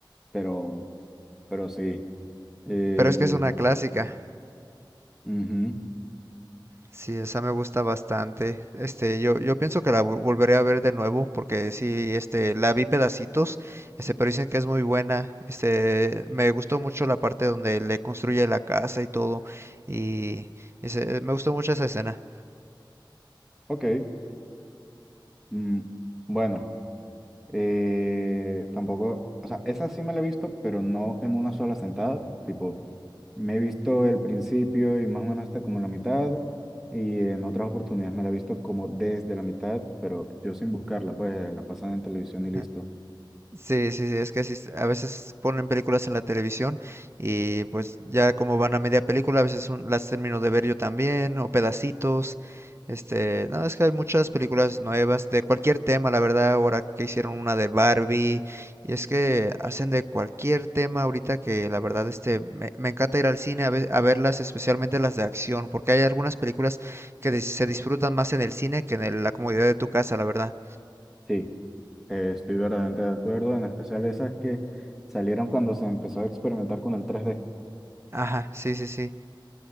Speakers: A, in the centre; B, on the right (about 30°).
A: pero, pero sí. eh,
B: pero es que es una clásica.
A: ujú,
B: Sí, esa me gusta bastante. Este, yo, yo pienso que la vol- volveré a ver de nuevo porque sí, este, la vi pedacitos, este, pero dicen que es muy buena. Este, me gustó mucho la parte donde le construye la casa y todo, y ese- me gustó mucho esa escena.
A: Ok. mm, bueno, Eh, tampoco, o sea, esa sí me la he visto, pero no en una sola sentada. Tipo, me he visto el principio y más o menos hasta como la mitad. Y en otras oportunidades me la he visto como desde la mitad, pero yo sin buscarla, pues la pasan en televisión y listo.
B: <laughs> Sí, sí, sí, es que así es- a veces ponen películas en la televisión y pues ya como van a media película, a veces un- las termino de ver yo también o pedacitos. Este, no, es que hay muchas películas nuevas de cualquier tema, la verdad, ahora que hicieron una de Barbie y es que hacen de cualquier tema ahorita que la verdad este me, me encanta ir al cine a, ve- a verlas, especialmente las de acción, porque hay algunas películas que dis- se disfrutan más en el cine que en el- la comodidad de tu casa, la verdad.
A: Sí, eh, estoy verdaderamente de acuerdo, en especial esas que salieron cuando se empezó a experimentar con el tres d
B: Ajá, sí, sí, sí.